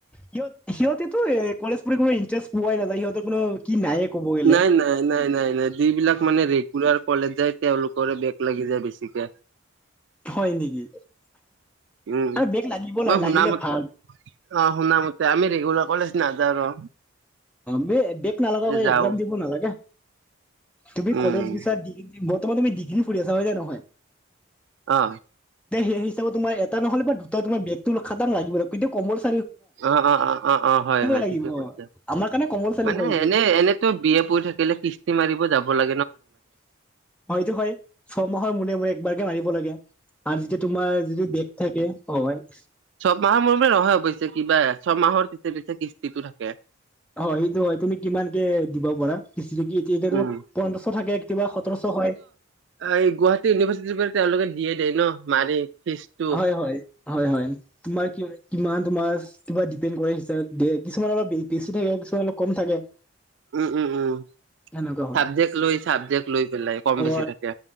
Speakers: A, in the centre; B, on the right (about 60°).
A: সিহঁত সিহঁতেতো কলেজ পঢ়ো ইন্টাৰেষ্ট পোৱাই নাযায়। সিহঁতেটো কোন কি নাই ক'ব গ'লে।
B: নাই- নাই - নাই - নাই -। যিবিলাক মানে ৰেগুলাৰ কলেজ যায় তেওঁলোকৰে বেক লাগি যায় বেছিকে।
A: হয় নেকি?
B: উম।
A: আৰু বেগ লাগিব
B: মই
A: লাগে,
B: শুনা
A: লাগিলে
B: মত
A: ভাল।
B: অ শুনামতে। আমি ৰেগুলাৰ কলেজ নাযাওঁ ন।
A: বেগ নালগে আৰু
B: যাওঁ
A: একজাম দিব নালাগে। তুমি
B: উম
A: কলেজ গৈছা বৰ্তমান তুমি ডিগ্ৰী ফুৰি আছা হয় নে নহয়?
B: অ।
A: এ সেই হিচাপে তোমাৰ এটা নহ'লে দুটা তোমাৰ বেতটো খাটাং লাগিব। কিন্তু কমাৰ্চ
B: অ-অ-অ-অ-অ, হয়-হয়।
A: লাগিব
B: ঠিকেই কৈছে।
A: আমাৰ কাৰণে কম্পালচাৰী
B: মানে
A: হয় এইটো।
B: এনে এনেতো বি এ পঢ়ি থাকিলে কিস্তি মাৰিব যাব লা
A: হেইটো হয়। ছয়মাহৰ মূৰে মূৰে একবাৰকে মাৰিব লাগে। আৰু যেতিয়া তোমাৰ যদি বেক থাকে ত হয়।
B: ছবমাহৰ মূৰে মূৰে নহয় অৱশ্যে কিবা ছমাহৰ পিছতে কিস্তিটো হব
A: হয় সেইটো হয় তুমি কিমান কে দিব পাৰা যদি এতিয়া পোন্ধৰশ
B: উম
A: থাকে কেতিয়াবা সোতৰশ হয়
B: অ এই গুৱাহাটী ইউনিভাৰ্চিটিৰ পৰা তেওঁলোকে দিয়ে দিয়ে ন মাৰি ফিজটো
A: হয় হয় হয় হয় তোমাৰ কিমান তোমাৰ কিবা ডিপেড কৰে কিছুমানৰ বেছি থাকে কিছুমানত অলপ কম থাকে
B: উম উম উম
A: সেনেকুৱা হয়
B: চাবজেক্ট লৈ চাবজেক্ট লৈ পেলাই কম
A: অ
B: বেছি থাকে